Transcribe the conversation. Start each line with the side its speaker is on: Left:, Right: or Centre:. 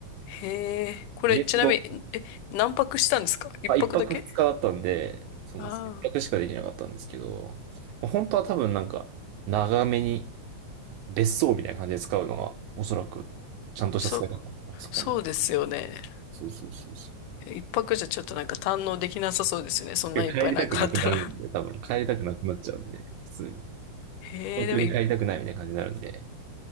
Left: へえ、これちなみに、
Right: 家のど
Left: え、何泊したんですか一泊だけ
Right: まあ、一泊二日だったんで、その、
Left: ああ
Right: 一泊しかできなかったんですけど、まあ本当は多分なんか、長めに別荘みたいな感じで使うのが、おそらく、ちゃんとした使い方なのか、
Left: そう、
Right: そこの。
Left: そうですよね。
Right: そうそうそうそ
Left: 一泊じゃちょっとなんか堪能できなさそうですよね。そんないっぱいなんかあったら。
Right: う。帰りたくなくなるんで、多分帰りたくなくなっちゃうんで、普通に。
Left: へえ、
Right: 東京に帰りたくないみたいな感じになるんで、
Left: でもい、